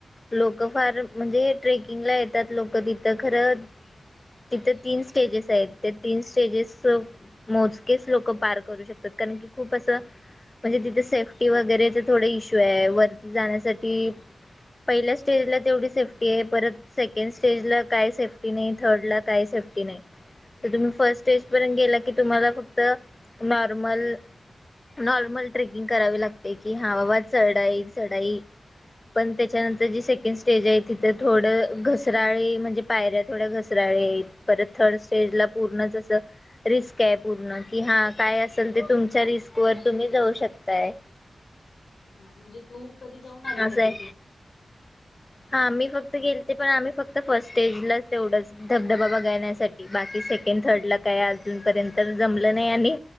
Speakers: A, on the left; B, on the left.
A: लोक फार म्हणजे ट्रेकिंगला येतात लोक तिथं खरं तिथं तीन स्टेजेस आहेत त्या तीन स्टेजेस मोजकेच लोक पार करू शकतात कारण की खूप असं म्हणजे तिथं सेफ्टी वगैरेच थोड इश्यू आहे. वरती जाण्यासाठी! पहिल्या स्टेजला तेवढी सेफ्टी आहे परत सेकंड स्टेजला काय सेफ्टी नाही थर्डला काय सेफ्टी नाही तर तुम्ही फर्स्ट स्टेज पर्यंत गेला की तुम्हाला फक्त नॉर्मल नॉर्मल ट्रेकिंग करावी लागते! कि हावावा चढाई चढाई पण त्याच्यानंतर जी सेकंड स्टेज आहे तिथं थोडं घसराळी म्हणजे पायऱ्या थोड्या घसराळी आहेत परत थर्ड स्टेजला पूर्णच असं रिस्क आहे पूर्ण कि हा काय असेल ते तुमच्या रिस्क वर तुम्ही जाऊ शकताय.
B: हा म्हणजे तू कधी जाऊन आली
A: असं
B: का
A: आहे
B: तिथे?
A: हा आम्ही फक्त गेलते पण आम्ही फक्त फर्स्ट स्टेजलाच तेवढंच धबधबा बघाण्यासाठी बाकी सेकंड थर्डला काय अजूनपर्यंत जमलं नाही. आणि